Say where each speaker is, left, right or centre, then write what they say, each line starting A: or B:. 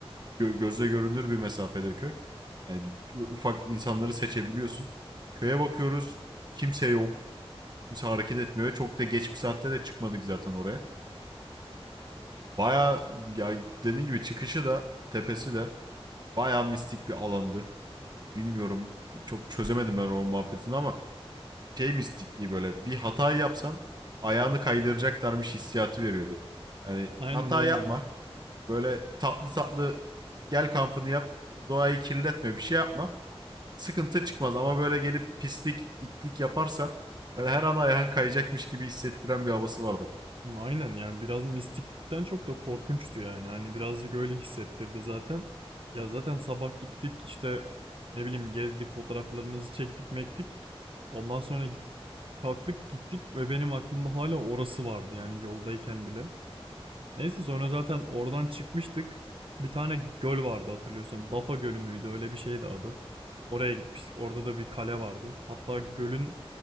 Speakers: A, on the right (about 45°); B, on the right (about 60°).
A: gö- gözle görünür bir mesafede köy. Yani ufak insanları seçebiliyorsun. Köye bakıyoruz. Kimse yok. Kimse hareket etmiyor. Çok da geç bir saatte de çıkmadık zaten oraya. Baya ya dediğin gibi çıkışı da tepesi de baya mistik bir alandı. Bilmiyorum çok çözemedim ben o muhabbetini ama şey mistikliği böyle bir hata yapsan ayağını kaydıracaklarmış hissiyatı veriyordu. Hani
B: Aynen
A: hata
B: aynen.
A: yapma. Böyle tatlı tatlı gel kampını yap. Doğayı kirletme bir şey yapma. Sıkıntı çıkmaz ama böyle gelip pislik itlik yaparsan böyle her an ayağın kayacakmış gibi hissettiren bir havası vardı.
B: Aynen Yani biraz mistiklikten çok da korkunçtu yani. Hani birazcık öyle hissettirdi zaten. Ya zaten sabah gittik işte ne bileyim gezdik fotoğraflarımızı çektik mektik. Ondan sonra kalktık gittik ve benim aklımda hala orası vardı yani yoldayken bile. Neyse sonra zaten oradan çıkmıştık. Bir tane göl vardı hatırlıyorsan. Bafa Gölü müydü öyle bir şeydi adı. Oraya gitmiştik. Orada da bir kale vardı. Hatta gölün